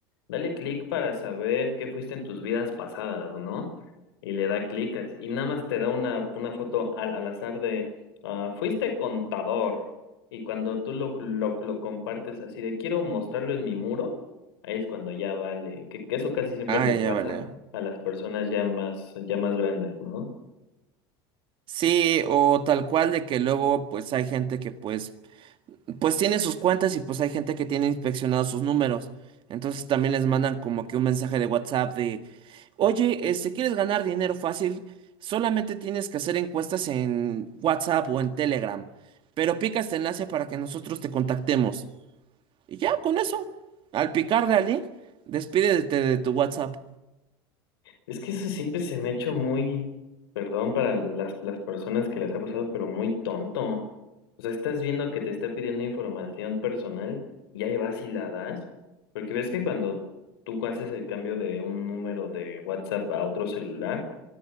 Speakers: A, on the left (about 85°); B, on the right (about 45°).
A: dale clic para saber qué fuiste en tus vidas pasadas, ¿no? Y le da clic así, y nada más te da una, una foto al, al azar de ah, fuiste contador. Y cuando tú lo, lo, lo compartes así de quiero mostrarlo en mi muro, ahí es cuando ya vale, que, que eso casi siempre
B: Ah,
A: le pasa
B: ya vale.
A: a las personas ya más, ya más grandes, ¿no?
B: Sí, o tal cual de que luego pues hay gente que pues pues tiene sus cuentas y pues hay gente que tiene inspeccionados sus números. Entonces también les mandan como que un mensaje de WhatsApp de, oye, este, ¿quieres ganar dinero fácil? Solamente tienes que hacer encuestas en WhatsApp o en Telegram. Pero pica este enlace para que nosotros te contactemos. Y ya, con eso. Al picarle al link, despídete de tu WhatsApp.
A: Es que eso siempre se me ha hecho muy, perdón para las, las personas que las ha pasado, pero muy tonto. O sea, estás viendo que te está pidiendo información personal y ahí vas y la das. Porque ves que cuando tú haces el cambio de un número de WhatsApp a otro celular,